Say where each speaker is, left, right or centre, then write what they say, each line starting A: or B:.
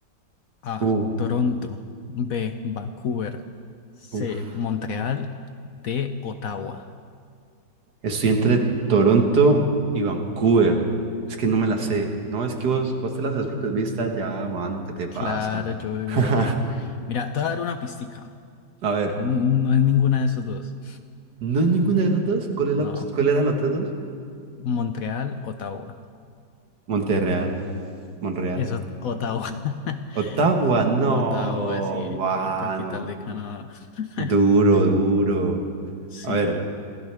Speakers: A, on the left; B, on the right.
A: A.
B: Uh,
A: Toronto. B. Vancouver. C.
B: uf.
A: Montreal. D. Ottawa.
B: Estoy entre Toronto y Vancouver. Es que no me la sé. No, es que vos, vos te la sabes porque viste allá, mano, ¿qué te pasa?
A: Claro, yo vivía
B: <laughs>
A: allá. Mira, te voy a dar una pistica.
B: A ver,
A: N- No es ninguna de esos dos.
B: ¿no es ninguna de esas dos? ¿Cuál es
A: No.
B: la, cuál eran las otras dos?
A: Montreal, Ottawa.
B: Monterreal, Monreal.
A: Eso, Ottawa. <laughs>
B: Ottawa, no,
A: Ottawa, sí,
B: mano.
A: la capital de Canadá. <laughs>
B: Duro, duro.
A: Sí,
B: A ver,